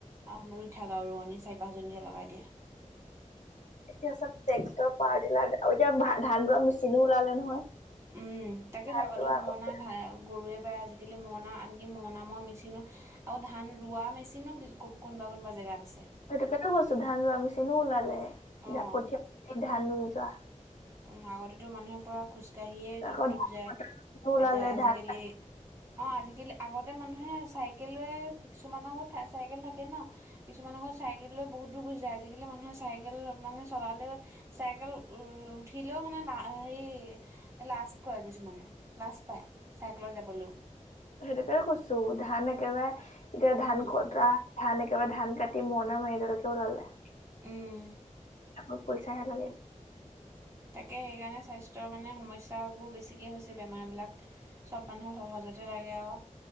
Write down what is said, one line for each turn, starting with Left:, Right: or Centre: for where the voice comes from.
Right: আম ৰুই থাকা আৰু ৰুৱনী চাৰি পাঁচজনীক লগাই দিয়া।
Left: এতিয়া চব ট্ৰেক্টৰ পাৱাৰ টিলাৰ এতিয়া ধান ৰোৱা মেচিনো ওলালে নহয়।
Right: উম তাকেতো
Left: ধান
Right: আগতে
Left: ৰোৱা
Right: মণাই
Left: কঠীয়া
Right: ধাই আৰু। গৰুৱে বাই আজিকালি মৰণা আনকি মৰণা মৰা মিচিনো। আৰু ধান ৰোৱা মেচিনো কিছু কো কোনোবা কোনোবা জেগাত আছে।
Left: সেইটোকানে কৈছো ধান ৰোৱা মেছিনো ওলালে এতিয়া
Right: অ'
Left: কঠীয়া ধান ৰুই যোৱা।
Right: উম আগতেতো মানুহে পূৰা খোজ কাঢ়িয়ে য'ত
Left: আকৌ
Right: তত
Left: ধান
Right: যায়
Left: কটা মেচিনো ওলালে
Right: এতিয়া আজিকালি।
Left: ধান
Right: অ আজিকালি আগতে মানুহে চাইকেলে কিছুমান ঘৰত চাইকেল থাকে ন। কিছুমানৰ ঘৰত চাইকেল লৈ বহুত দূৰ গুচি যায় আজিকালি মানুহে চাইকেল মানে চলালে। চাইকেল উ উঠিলেও মানে লা সেই। লাচ কৰে কিছুমানে লাচ পায় চাইকেলত যাবলৈও।
Left: সেইটো কাৰণে কৈছো ধান একেবাৰে এতিয়া ধান
Right: উম
Left: কটা। ধান একেবাৰে ধান কাটি মৰণা মাৰি এটালেকে ওলালে।
Right: উম।
Left: অকল পইচাহে লাগে।
Right: তাকে সেইকাৰণে স্বাস্থ্যৰ মানে সমস্যাবোৰ বেছিকে হৈছে বেমাৰ বিলাক। চব মানুহ সহজতে লাগে আৱ